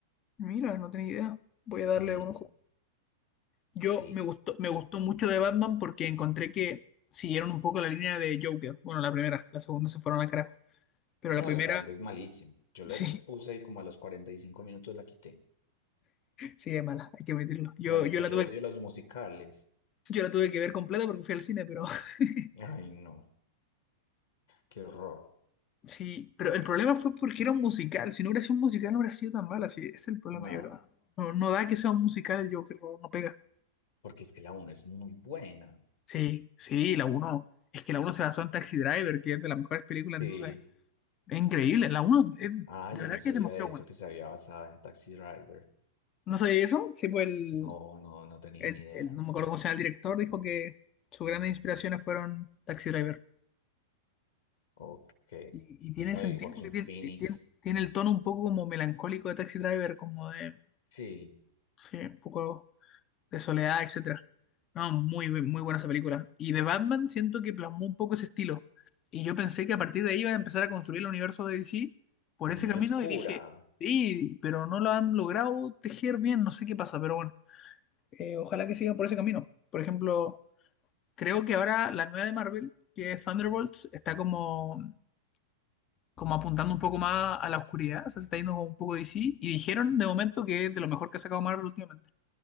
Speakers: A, on the left (about 30°); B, on the left (about 65°).
A: mira, no tenía idea, voy a darle
B: Mm,
A: un ojo. Yo
B: sí.
A: me gustó, me gustó mucho de Batman porque encontré que siguieron un poco la línea de Joker. Bueno, la primera, la segunda se fueron al carajo, pero
B: No,
A: la primera,
B: la segunda es malísima. Yo
A: <laughs>
B: le
A: sí.
B: puse y como a los 45 minutos la quité.
A: Sí, es mala, hay que admitirlo. Yo,
B: Tras de
A: yo
B: que
A: la
B: yo
A: tuve,
B: odio los musicales.
A: Yo la tuve que ver completa porque fui al cine, pero <laughs>
B: Ay, no. Qué horror.
A: sí, pero el problema fue porque era un musical. Si no hubiera sido un musical, no hubiera sido tan mala. Sí, ese es el problema,
B: No,
A: yo creo. No, no da que sea un musical el Joker, no, no pega.
B: porque es que la uno es muy buena.
A: Sí, sí, la uno Es que la uno se basó en Taxi Driver, que es de las mejores películas,
B: Sí.
A: entonces es increíble. La uno es-
B: Ah,
A: de
B: yo
A: verdad
B: no sabía
A: que es demasiado
B: de eso,
A: buena.
B: que se había basado en Taxi Driver.
A: No sé eso, sí, pues el,
B: No, no, no tenía
A: el-
B: ni idea.
A: el- no me acuerdo cómo se llama el director, dijo que sus grandes inspiraciones fueron Taxi Driver.
B: Ok.
A: Y, y tiene
B: No,
A: sentido
B: y Joaquín
A: porque tiene,
B: Phoenix.
A: tiene- tiene el tono un poco como melancólico de Taxi Driver, como de,
B: Sí,
A: sí, un poco de soledad, etcétera. No, muy, bu- muy buena esa película. Y de Batman siento que plasmó un poco ese estilo. Y yo pensé que a partir de ahí iba a empezar a construir el universo de DC por
B: es
A: ese
B: muy
A: camino
B: oscura.
A: y dije, sí, pero no lo han logrado tejer bien, no sé qué pasa, pero bueno, Eh, ojalá que sigan por ese camino. Por ejemplo, creo que ahora la nueva de Marvel, que es Thunderbolts, está como como apuntando un poco más a la oscuridad, o sea, se está yendo como un poco de sí, y dijeron de momento que es de lo mejor que ha sacado Marvel últimamente.